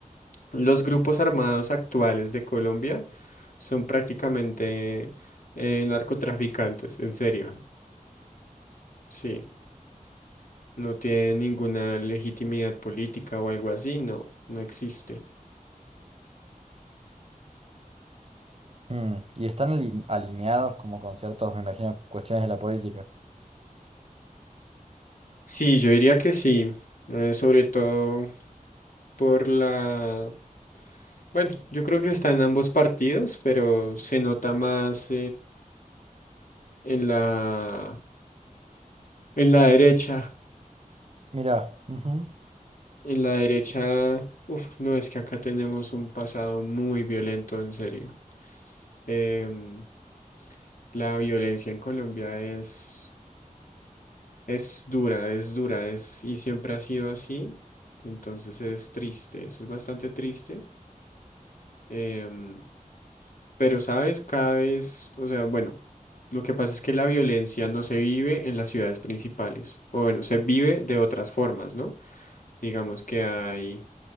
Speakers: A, on the left; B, on the right.
A: los grupos armados actuales de Colombia son prácticamente eh, narcotraficantes, en serio. Sí, no tienen ninguna legitimidad política o algo así, no, no existe.
B: Mm, y están ali- alineados como con ciertos, me imagino, cuestiones de la política.
A: Sí, yo diría que sí, eh, sobre todo por la... Bueno, yo creo que está en ambos partidos, pero se nota más en la, en la derecha,
B: Mirá, ujú,
A: en la derecha, uf, no, es que acá tenemos un pasado muy violento, en serio. Em, la violencia en Colombia es, es dura, es dura, es, y siempre ha sido así, entonces es triste, eso es bastante triste. em, pero, ¿sabes? Cada vez, o sea, bueno, lo que pasa es que la violencia no se vive en las ciudades principales, o bueno, se vive de otras formas, ¿no? Digamos que hay